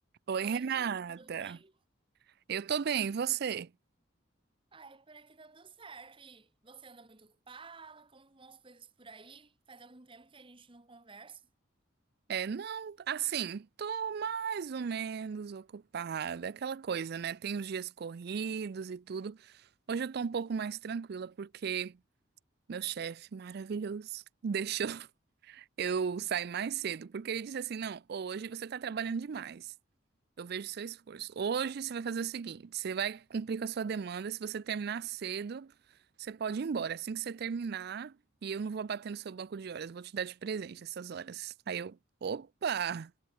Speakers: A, on the right; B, on the right.
A: Oi,
B: Oi,
A: Renata.
B: Bia, tudo bem?
A: Eu tô bem, e você?
B: Ai, por aqui tá tudo certo. E você anda muito ocupada? Como vão as coisas por aí? Faz algum tempo que a gente não conversa.
A: É, não, assim, tô mais ou menos ocupada, aquela coisa, né? Tem os dias corridos e tudo. Hoje eu tô um pouco mais tranquila porque meu chefe maravilhoso deixou <laughs> eu sair mais cedo, porque ele disse assim: "Não, hoje você tá trabalhando demais. Eu vejo seu esforço. Hoje você vai fazer o seguinte: você vai cumprir com a sua demanda. Se você terminar cedo, você pode ir embora. Assim que você terminar, e eu não vou bater no seu banco de horas, eu vou te dar de presente essas horas. Aí eu, opa,